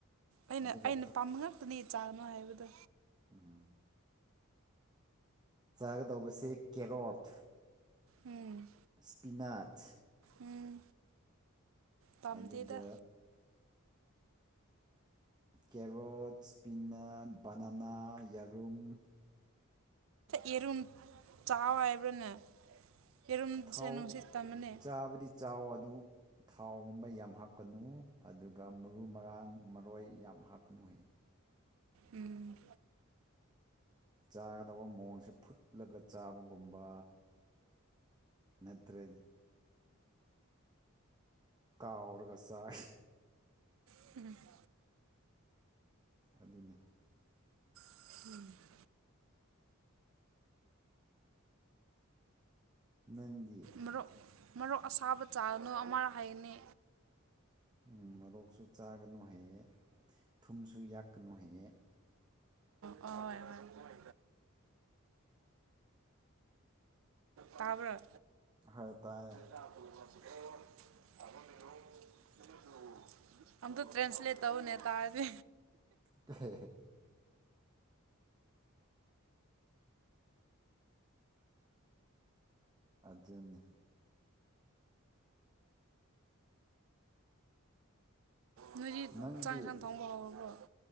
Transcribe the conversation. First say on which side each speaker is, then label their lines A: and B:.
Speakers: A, on the right; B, on the right.
A: ꯑꯩꯅ
B: ꯑꯗꯨꯒ
A: ꯑꯩꯅ ꯄꯥꯝꯕ ꯉꯥꯛꯇꯅꯦ ꯆꯥꯒꯅꯣ ꯍꯥꯏꯕꯗꯣ
B: ꯎꯝ ꯆꯥꯒꯗꯧꯕꯁꯦ ꯀꯦꯔꯣꯠ
A: ꯎꯝ
B: ꯁ꯭ꯄꯤꯅꯥꯠꯁ
A: ꯎꯝ ꯄꯥꯝꯗꯦꯗ
B: ꯑꯗꯨꯒ ꯀꯦꯔꯣꯠ ꯁ꯭ꯄꯤꯅꯠ ꯕꯅꯅꯥ ꯌꯦꯔꯨꯝ
A: ꯌꯦꯔꯨꯝ ꯆꯥꯎ ꯍꯥꯏꯕ꯭ꯔꯅꯦ ꯌꯦꯔꯨꯝꯁꯦ
B: ꯊꯥꯎ
A: ꯅꯨꯡꯁꯤꯠ ꯇꯝꯃꯅꯦ
B: ꯆꯥꯕꯗꯤ ꯆꯥꯎ ꯑꯗꯨ ꯊꯥꯎꯒꯨꯝꯕ ꯌꯥꯝ ꯍꯥꯞꯀꯅꯨ ꯑꯗꯨꯒ ꯃꯔꯨ ꯃꯔꯥꯡ ꯃꯔꯣꯏ ꯌꯥꯝ ꯍꯥꯞꯀꯅꯨꯌꯦ
A: ꯎꯝ
B: ꯆꯥꯒꯗꯕ ꯃꯑꯣꯡꯁꯦ ꯐꯨꯠꯂꯒ ꯆꯥꯕꯒꯨꯝꯕ ꯅꯠ <unintelligible> ꯀꯥꯎꯔꯒ ꯆꯥꯏ
A: <unintelligible>
B: ꯑꯗꯨꯅꯦ
A: <inaudible>
B: ꯅꯪꯗꯤ
A: ꯃꯔꯣꯛ ꯃꯔꯣꯛ ꯑꯁꯥꯕ ꯆꯥꯅꯨ ꯑꯃ ꯍꯥꯏꯅꯤ
B: ꯎꯝ ꯃꯣꯔꯣꯛꯁꯨ ꯆꯥꯒꯅꯨ ꯍꯥꯏꯌꯦ ꯊꯨꯝꯁꯨ ꯌꯥꯛꯀꯅꯨ ꯍꯥꯏꯌꯦ
A: ꯑꯣ ꯍꯣꯏ ꯍꯣꯏ ꯇꯥꯕꯔ
B: ꯍꯣꯏ ꯇꯥꯏꯌꯦ
A: <unintelligible> ꯑꯝꯇ ꯇ꯭ꯔꯦꯟꯁꯂꯦꯇ ꯇꯧ ꯅꯦ ꯇꯥꯔꯗꯤ
B: <unintelligible> ꯑꯗꯨꯅꯤ
A: ꯅꯣꯏꯗꯤ
B: ꯅꯪꯗꯤ
A: ꯆꯥꯡ ꯢꯟꯁꯥꯡ ꯊꯣꯡꯕ ꯍꯧꯔꯕ꯭ꯔꯣ